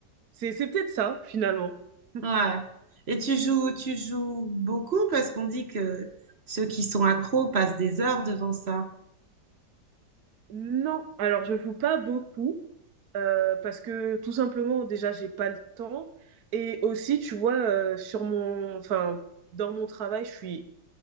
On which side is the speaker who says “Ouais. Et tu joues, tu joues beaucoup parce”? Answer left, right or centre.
Right